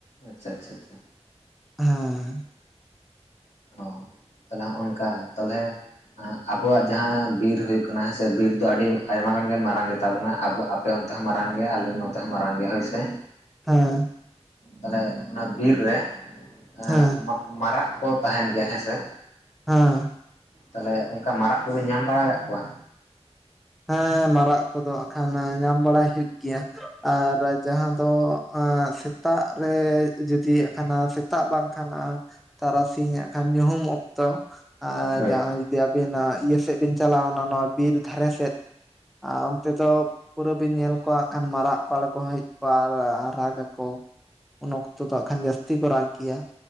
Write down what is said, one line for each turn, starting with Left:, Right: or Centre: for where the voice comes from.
Left: ᱟᱪᱪᱷᱟ ᱟᱪᱪᱷᱟ ᱟᱪᱪᱷᱟ
Centre: ᱦᱮᱸ
Left: ᱚ ᱛᱟᱞᱦᱮ ᱱᱚᱜᱼᱚ ᱱᱚᱝᱠᱟ ᱛᱟᱞᱦᱮ ᱟᱸ ᱟᱵᱚᱣᱟᱜ ᱡᱟᱦᱟᱸ ᱵᱤᱨ ᱦᱩᱭᱩᱜ ᱠᱟᱱᱟ ᱦᱮᱸ ᱥᱮ ᱵᱤᱨ ᱫᱚ ᱟᱹᱰᱤ ᱟᱭᱢᱟ ᱜᱟᱱ ᱜᱮ ᱢᱟᱨᱟᱝ ᱜᱮ ᱛᱟᱵᱚᱱᱟ ᱟᱵᱚ ᱟᱯᱮ ᱚᱱᱛᱮ ᱦᱚᱸ ᱢᱟᱨᱟᱝ ᱜᱮᱭᱟ ᱟᱞᱮ ᱱᱚᱛᱮ ᱦᱚᱸ ᱢᱟᱨᱟᱝ ᱜᱮᱭᱟ ᱦᱳᱭ ᱥᱮ᱾
Centre: ᱦᱮᱸ ᱾
Left: ᱛᱟᱞᱦᱮ ᱚᱱᱟ ᱵᱤᱨ ᱨᱮ ᱮᱸᱜ
Centre: ᱦᱮᱸ
Left: ᱢᱟᱨᱟᱜ ᱠᱚ ᱛᱟᱸᱦᱮᱱ ᱜᱮᱭᱟ ᱦᱮᱸ ᱥᱮ
Centre: ᱦᱮᱸ
Left: ᱛᱟᱞᱦᱮ ᱚᱝᱠᱟ ᱢᱟᱨᱟᱜ ᱠᱚᱵᱤᱱ ᱧᱟᱢ ᱵᱟᱲᱟ ᱟᱠᱟᱜ ᱠᱚᱣᱟ
Centre: ᱦᱮᱸ ᱢᱟᱨᱟᱜ ᱠᱚᱫᱚ ᱦᱟᱜ ᱠᱷᱟᱱ ᱧᱟᱢ ᱵᱟᱲᱟᱭ ᱦᱩᱭᱩᱜ ᱜᱮᱭᱟ ᱟᱨ ᱡᱟᱦᱟᱸ ᱫᱚ ᱚᱸ ᱥᱮᱛᱟᱜ ᱨᱮ ᱡᱩᱫᱤᱭ ᱦᱟᱜ ᱠᱷᱟᱱ ᱥᱮᱛᱟᱜ ᱵᱟᱝᱠᱷᱟᱱ ᱛᱟᱨᱟᱥᱤᱧ ᱦᱟᱜ ᱠᱷᱟᱱ ᱧᱩᱦᱩᱢ ᱚᱠᱛᱚ ᱟᱨ
Left: ᱦᱳᱭ
Centre: ᱡᱟᱦᱟᱸ ᱡᱩᱫᱤ ᱟᱵᱤᱱ ᱤᱭᱟᱹ ᱥᱮᱫ ᱵᱤᱱ ᱪᱟᱞᱟᱣ ᱮᱱᱟ ᱱᱚᱣᱟ ᱵᱤᱨ ᱫᱷᱟᱨᱮ ᱥᱮᱫ ᱟᱨ ᱚᱱᱛᱮ ᱫᱚ ᱯᱩᱨᱟᱹ ᱵᱤᱱ ᱧᱮᱞ ᱠᱚᱣᱟ ᱦᱟᱜ ᱠᱷᱟᱱ ᱢᱟᱨᱟᱜ ᱠᱚ ᱟᱸᱬᱜᱚ ᱦᱮᱡ ᱠᱚᱜ-ᱟ ᱟᱨ ᱨᱟᱜ ᱟᱠᱚ ᱩᱱ ᱚᱠᱛᱚ ᱫᱚ ᱦᱟᱸᱜ ᱠᱷᱟᱱ ᱡᱟᱹᱥᱛᱤ ᱠᱚ ᱨᱟᱜ ᱜᱮᱭᱟ